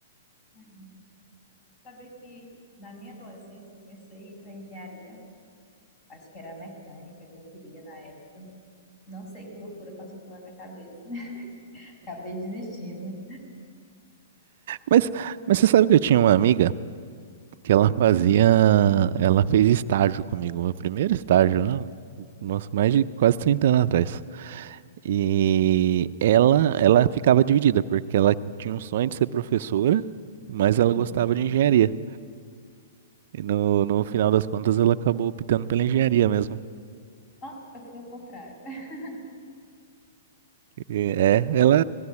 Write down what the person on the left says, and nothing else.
Hum. Sabia que na minha adolescência eu pensei em ir para engenharia. Acho que era a mecânica que eu queria na época. Não sei que loucura passou pela minha cabeça. <laughs> Acabei desistindo.
Uhum.
Ó, eu fui ao contrário. <laughs>